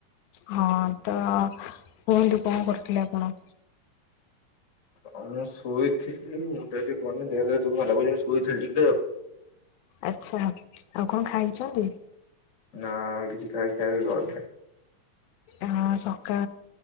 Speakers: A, on the left (about 85°); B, on the left (about 40°).
A: ହଁ ତ କୁହନ୍ତୁ କଣ କରୁଥିଲେ ଆପଣ।
B: ହଉ ମୁଁ ଶୋଇଥିଲି ମୁଁ ତି କହନି ଦେହ ତ ଭଲ ମୁଁ ଶୋଇଥିଲି ଟିକେ ଆଉ
A: ଆଚ୍ଛା ଆଉ କଣ ଖାଇଛନ୍ତି।
B: ନା କିଛି ଖାଇନି ଖାଇବି ଗଲେ।
A: ଆ ସକା